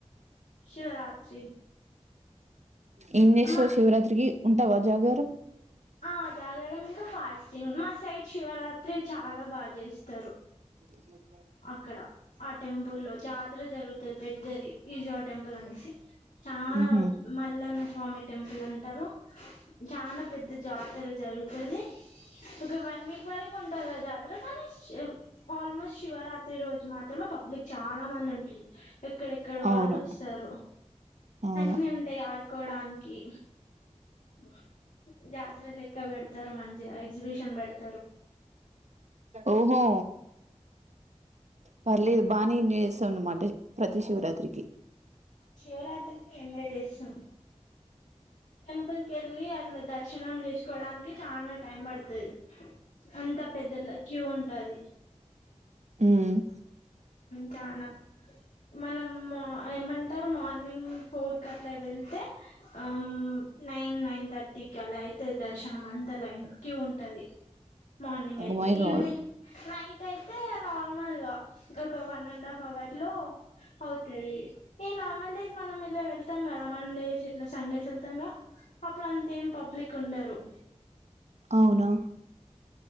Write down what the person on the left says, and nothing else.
శివరాత్రి
మా
ఆ జాగరామ్ ఇంకా ఫాస్టింగ్ మా సైడ్ శివరాత్ త్రి చాలా బా చేస్తారు.
అక్కడ ఆ టెంపుల్ లో జాతర జరుగుతది పెద్దది. ఈజవాన్ టెంపుల్ అనేస్ చాలా
మల్లన్న స్వామి టెంపుల్ అంటారు చాల పెద్ద జాతర జరుగుతుంది ఒక వన్ వీక్ వరకు ఉంటంది జాతర కానీ ఆల్మోస్ట్ శివరాత్రి రోజు మాత్రమే పబ్లిక్ చాలా మంది ఉంటుంది ఎక్కడెక్కడ వాళ్ళు
వస్తారు
అన్ని ఉంటాయి ఆడుకోడానికి ఓ జాతర లే <unintelligible> పెడతారు మంచిగా ఎగ్జిబిషన్ పెడత
శివరాత్రికి ఎంజాయ్ చేస్తాం టెంపుల్ కే వెళ్ళి అట్లా దర్శ దక్షిణం చేసుకోవడానికి చాలనా టైం పడు అంతా పెద్దల క్యూ ఉంట టది
చనా మనం ఏమంటారు మార్నింగ్ ఫోర్ కట్లే వెళ్తే, ఆ నైన్ నైన్ థర్టీకి అలా అయితే దర్శనం అంతా లైన్ క్యూ ఉంటది. మార్నింగ్
అయితే
ఈవనింగ్ నైట్ అయితే నార్మల్గ ఒక వన్ అండ్ హాఫ్ అవర్ లో అవుతాయి ఈ నార్మల్ డేస్ మనం ఇలా వెళ్తాం కదా మన్ డేస్ ఇట్లా సండేస్ వెల్తంగా అప్పుడు అంత ఏం పబ్లిక్ ఉండరు